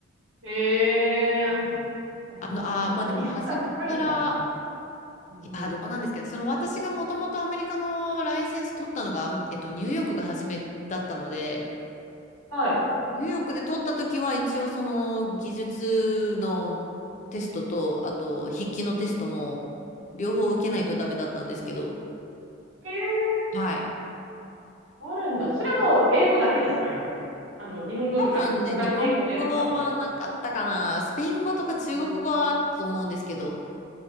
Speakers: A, on the right (about 75°); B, on the left (about 40°).
A: へえ。
B: はい
A: あなんか、
B: あの、あー、まあでも初めから、
A: 日本が高いんだ、じゃあ。うんうん。
B: いやー、どうなんですかね。その私がもともとアメリカのライセンス取ったのが、あんえっと、ニューヨークが初めだったので、
A: はい。
B: ニューヨークで取った時は一応その技術のテストと、あと筆記のテストも両方受けないとダメだったんですけど、
A: ええ
B: はい。
A: あるんだ。それはもう英語だけですか、やっぱり。あの、日本語とか他の言語のやつはない。
B: 多分ね、日本語はなかったかな。スペイン語とか中国語はあったと思うんですけど、
A: うん。